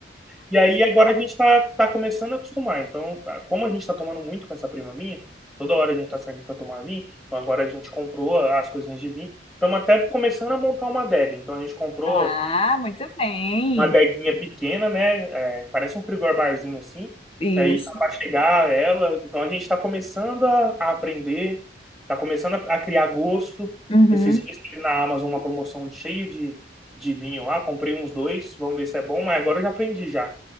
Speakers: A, in the centre; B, on the left (about 30°).
A: E aí agora a gente está tá começando a acostumar. Então, como a gente está tomando muito com essa prima minha, toda hora a gente está saindo para tomar vinho, então agora a gente comprou as coisinhas de vinho. Estamos até começando a montar uma adega. Então a gente comprou
B: Ah, muito bem.
A: uma adeguinha pequena, né? É, parece um frigor barzinho assim.
B: Isso.
A: Aí tá para chegar ela, então a gente está começando a, a aprender, está começando a, a criar gosto.
B: Uhum.
A: Esses dias tive na Amazon uma promoção cheia de, de vinho lá, comprei uns dois, vamos ver se é bom, mas agora eu já aprendi já.